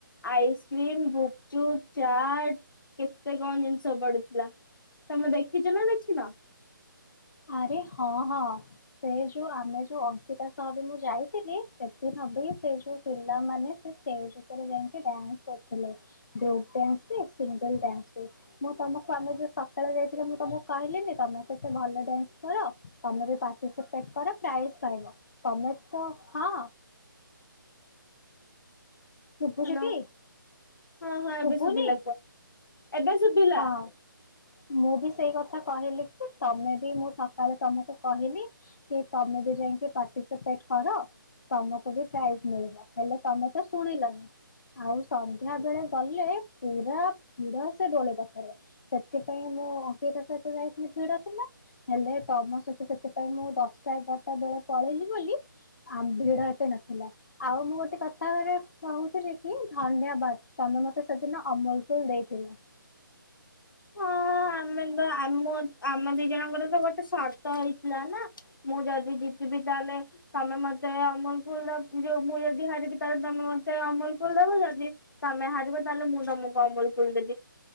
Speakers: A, on the left; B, on the left.
A: ଆଇସ୍କ୍ରିମ ଗୁପଚୁପ୍ ଚାଟ କେତେ କଣ ଜିନିଷ ପଡିଥିଲା। ତମେ ଦେଖିଚ ନା ଦେଖିନ।
B: ଆରେ ହଁ ହଁ ସେ ଯୋଉ ଆମେ ଯୋଉ ଅଙ୍କିତା ସହ ବି ମୁଁ ଯାଏ ଥିଲି ସେଦିନ ବି ସେ ଯୋଉ ପିଲାମାନେ ସେ ଷ୍ଟେଜ ଉପରେ ଯାଇକି ଡ୍ୟାନ୍ସ କରୁଥିଲେ। ଗ୍ରୁପ୍ ଡ୍ୟାନ୍ସ ବି ସିଙ୍ଗଲ୍ ଡ୍ୟାନ୍ସ। ମୁଁ ତମକୁ ଆମେ ଯୋଉ ସକାଳେ ଯାଇଥିଲ ମୁଁ ତମକୁ କହିଲିନି ତମେ କେତେ ଭଲ ଡ୍ୟାନ୍ସ କର ତମେ ବି ପଟିସିପେଟ୍ କର ପ୍ରାଇଜ ପାଇବ ତମେ ତ ହଁ। ଶୁଭୁଛିଟି
A: ହାଲୋ ହଁ ହଁ ଏବେ
B: ଶୁଭୁନି
A: ଶୁଭିଲା କୁହ ଏବେ ଶୁଭିଲା।
B: ହଁ ମୁଁ ବି ସେଇ କଥା କହିଲି କି ତମେ ବି ମୁଁ ସକାଳେ ତମକୁ କହିଲି। କି ତମେ ବି ଯାଇକି ପାର୍ଟିସିପେଟ କର। ତମକୁ ବି ପ୍ରାଇଜ ମିଳିବ ହେଲେ ତମେ ତ ଶୁଣିଲନି। ଆଉ ସନ୍ଧ୍ୟା ବେଳେ ଗଲେ ପୁରା ଭିଡ ସେ ଦୋଳେ ପାଖରେ ସେଥିପାଇଁ ମୁଁ ଅଙ୍କିତା ସହିତ ଯାଇଥିଲି ଭିଡ ଥିଲା। ହେଲେ ତମ ସହିତ ସେଥିପାଇଁ ମୁଁ ଦଶଟା ଏଗାରଟା ବେଳେ ପଳେଇଲି ବୋଲି। ଆମ ଭିଡ ଏତେ ନଥିଲା। ଆଉ ମୁଁ ଗୋଟେ କଥା <unintelligible> କହୁଥିଲି କି ଧନ୍ୟବାଦ ତମେ ମତେ ସେଦିନ ଅମୁଲ କୁଲ୍ ଦେଇଥିଲ।
A: ହଁ ଆମେ ତ ଆମ ଆମ ଦି ଜଣଙ୍କର ତ ଗୋଟେ ସର୍ତ ହେଇଥିଲା ନା। ମୁଁ ଯଦି ଜିତିବି ତାହେଲେ। ତମେ ମତେ ଅମୁଲ କୁଲ ଦବ ଯୋଉ ମୁଁ ଯଦି ହାରିବି ତାହେଲେ ତମେ ମତେ ଅମଲ କୁଲ ଦବ ଯଦି ତମେ ହାରିବ ତାହେଲେ ମୁଁ ତମକୁ ଅମୁଲ କୁଲ୍ ଦେବି